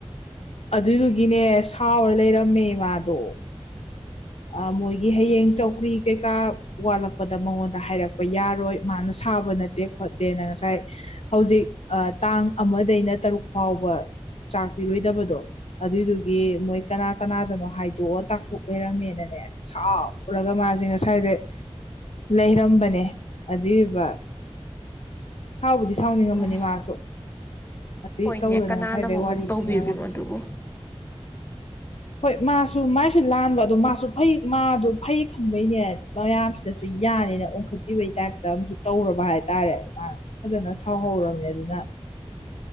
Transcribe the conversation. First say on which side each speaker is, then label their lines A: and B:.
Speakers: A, on the left; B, on the left.
A: ꯑꯗꯨꯗꯨꯒꯤꯅꯦ ꯁꯥꯎꯔ ꯂꯩꯔꯝꯃꯦ ꯃꯥꯗꯣ ꯑ ꯃꯣꯏꯒꯤ ꯍꯌꯦꯡ ꯆꯧꯀ꯭ꯔꯤ ꯀꯩꯀꯥ ꯋꯥꯠꯂꯛꯄꯗ ꯃꯉꯣꯟꯗ ꯍꯥꯏꯔꯛ-‍- ꯄ ꯌꯥꯔꯣꯏ ꯃꯥꯅ ꯁꯥꯕ ꯅꯠꯇꯦ ꯈꯣꯠꯇꯦꯅ ꯉꯁꯥꯏ ꯍꯧꯖꯤꯛ ꯑ ꯇꯥꯡ ꯑꯃꯗꯩꯅ ꯇꯔꯨꯛ ꯐꯥꯎꯕ ꯆꯥꯛ ꯄꯤꯔꯣꯏꯗꯕꯗꯣ ꯑꯗꯨꯏꯗꯨꯒꯤ ꯃꯣꯏ ꯀꯅꯥ ꯀꯅꯥꯗꯅꯣ ꯍꯥꯏꯗꯣꯛꯑꯣ ꯇꯥꯛꯊꯣꯛ ꯗꯅꯦ ꯁꯥꯎꯔꯒ ꯃꯥꯖꯦ ꯉꯁꯥꯏꯗꯩ ꯂꯩꯔꯝꯕꯅꯦ ꯑꯗꯤꯑꯕ ꯁꯥꯎꯕꯨꯗꯤ ꯁꯥꯎꯅꯤꯡꯉꯝꯕꯅꯤ
B: ꯎꯝ
A: ꯃꯥꯁꯨ ꯑꯗꯨꯏ
B: ꯍꯣꯏꯅꯦ
A: ꯇꯧꯗꯅ
B: ꯀꯅꯥꯅ
A: ꯉꯁꯥꯏꯗꯩ
B: ꯑꯃꯨꯛ
A: ꯋꯥꯔꯤꯁꯤ
B: ꯑꯃꯨꯛ ꯇꯧꯕꯤꯔꯤꯃꯣ
A: ꯉꯥꯡꯉꯝ
B: ꯑꯗꯨꯕꯨ
A: ꯍꯣꯏ ꯃꯥꯁꯨ ꯃꯥꯏꯁꯨ ꯂꯥꯟꯕ ꯑꯗꯣ ꯃꯥꯁꯨ ꯐꯩ ꯃꯥꯗꯣ ꯐꯩ ꯈꯪꯕꯩꯅꯦ ꯃꯌꯥꯝꯁꯤꯅꯁꯨ ꯌꯥꯅꯤꯅ ꯑꯣꯟꯈꯠꯄꯤꯕꯩ ꯇꯥꯏꯞꯇ ꯑꯝꯁꯨ ꯇꯧꯔꯕ ꯍꯥꯏꯇꯥꯔꯦ ꯃꯥ ꯐꯖꯅ ꯁꯥꯎꯍꯧꯔꯝꯅꯦ ꯑꯗꯨꯅ